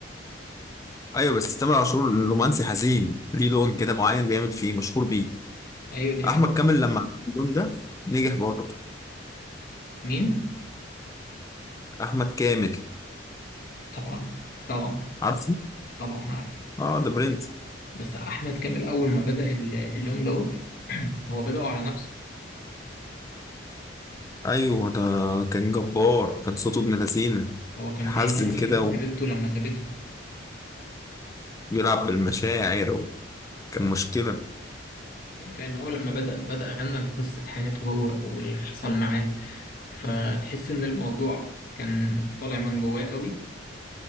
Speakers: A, on the left; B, on the left.
A: ايوه بس تامر عاشور رومانسي حزين ليه لون كده معين بيعمل فيه مشهور بيه
B: ايوه دي حقيقة
A: احمد كامل لما عمل اللون ده نجح برضه
B: مين
A: احمد كامل
B: طبعا طبعا
A: عارفه
B: طبعا عارفه
A: اه ده برنس
B: بس احمد كامل اول ما بدأ ال- اللون دوت <clears throat> هو بدأه على نفسه
A: ايوه ده كان جبار كان صوته ابن لذينه
B: هو كان
A: يحزن
B: بيغني
A: كده
B: لحبيبته لما سابته
A: وبيلعب بالمشاعر كان مشكله
B: أيوة، لأن هو لما بدأ بدأ غنى لقصة حياته هو واللي حصل معاه فتحس إن الموضوع كان طالع من جواه قوي